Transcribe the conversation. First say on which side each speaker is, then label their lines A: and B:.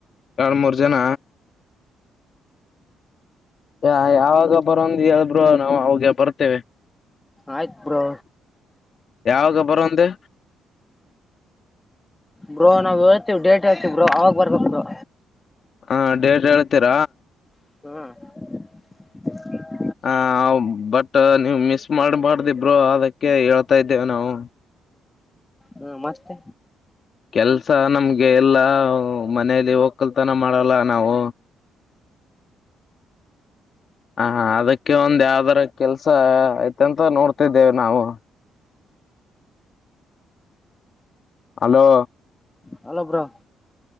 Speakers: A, on the left; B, on the left.
A: ಎರಡು ಮೂರ್ ಜನ ಯ ಯಾವಾಗ ಬರಂದು ಹೇಳಿ ಬ್ರೋ ನಾವು ಅವಾಗ ಬರ್ತೇವೆ
B: ಆಯ್ತ್ ಬ್ರೋ
A: ಯಾವಾಗ ಬರಂದೆ
B: ಬ್ರೋ ನಾವ್ ಹೇಳ್ತೀವಿ ಡೇಟ್ ಹೇಳ್ತಿವಿ ಅವಾಗ ಬರ್ಬೇಕು ಬ್ರೋ
A: ಹಾ ಡೇಡ್ ಹೇಳಿ ತೀರ
B: ಹ್ಮ
A: ಹ ಬಟ್ ನೀವು ಮಿಸ್ ಮಾಡಬರ್ದು ಬ್ರೋ ಅದಕ್ಕೆ ಹೇಳ್ತಾ ಇದ್ದೇವೆ ನಾವು
B: ಹ್ಮ ಮತ್ತೆ
A: ಕೆಲ್ಸ ನಮ್ಗೆ ಎಲ್ಲಾ ಮನೇಲಿ ಹೋಗ್ಲ್ತ ನಮ್ಮ ಮಾಡಲ್ಲ ನಾವು ಹ ಅದಕ್ಕೆ ಒಂದ್ ಯಾವ್ದರ ಕೆಲ್ಸ ಆಯ್ತಂತ ನೋಡ್ತಿದ್ದೇವೆ ನಾವು ಹಲೋ
B: ಹಲ್ಲೋ ಬ್ರೋ